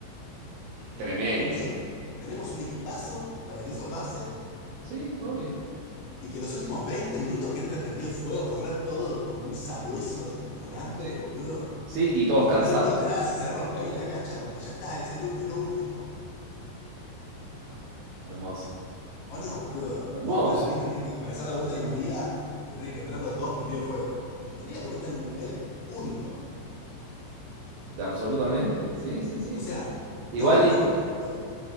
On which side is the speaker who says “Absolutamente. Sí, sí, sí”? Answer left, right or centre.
Right